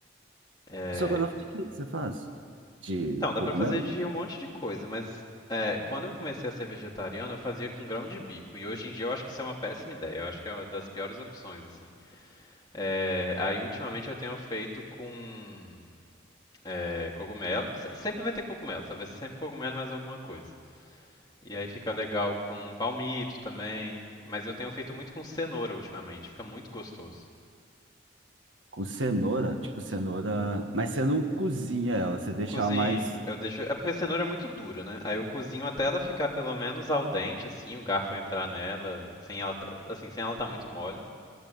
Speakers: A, on the left; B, on the right.
A: É,
B: Só que eu não fiz o que você faz? De
A: então, dá
B: cogumelo?
A: pra fazer de um monte de coisa, mas é, quando eu comecei a ser vegetariano, eu fazia com grão de bico. E hoje em dia eu acho que isso é uma péssima ideia, eu acho que é uma das piores opções, assim. É, aí, ultimamente, eu tenho feito com é, cogumelo. Se- Sempre vai ter cogumelo, sabe? Vai ser sempre cogumelo e mais alguma coisa. E aí fica legal com palmito também, mas eu tenho feito muito com cenoura ultimamente, fica muito gostoso.
B: Com cenoura, tipo cenoura. Mas você não cozinha ela, você deixa
A: Cozinho,
B: ela mais.
A: eu deixo. É porque a cenoura é muito dura, né? Aí eu cozinho até ela ficar pelo menos al dente, assim, o garfo entrar nela, sem ela, tá- assim, sem ela tá muito mole.